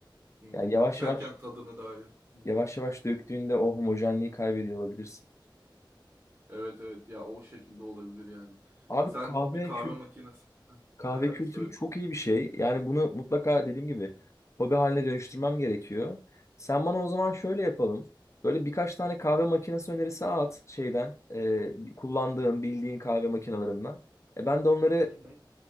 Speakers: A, on the right; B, on the left.
A: Hı.
B: Yani yavaş
A: İçerken
B: yavaş
A: tadını dahi. Hı. hı.
B: Yavaş yavaş döktüğünde o homojenliği kaybediyor olabilirsin.
A: Evet evet ya o şekilde olabilir yani.
B: Abi
A: Sen
B: kahve
A: bir kahve
B: kült
A: makinesi. <laughs>
B: kahve
A: Aha,
B: kültürü
A: Söyle.
B: çok iyi bir şey. Yani bunu mutlaka dediğim gibi hobi haline dönüştürmem gerekiyor. Sen bana o zaman şöyle yapalım. Böyle birkaç tane kahve makinesi önerisi at şeyden, e, kullandığın, bildiğin kahve makinalarından. E, ben de onları
A: Hı hı.